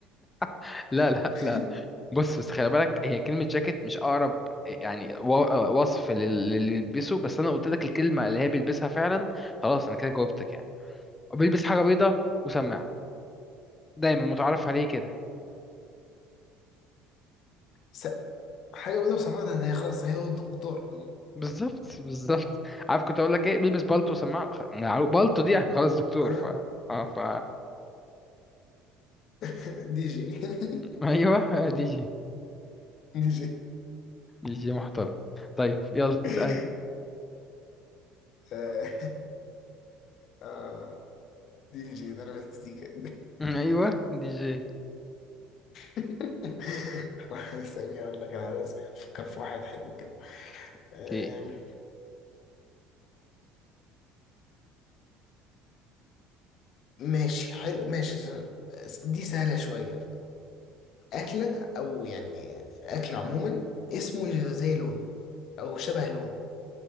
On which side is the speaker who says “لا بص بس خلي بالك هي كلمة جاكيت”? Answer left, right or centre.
Left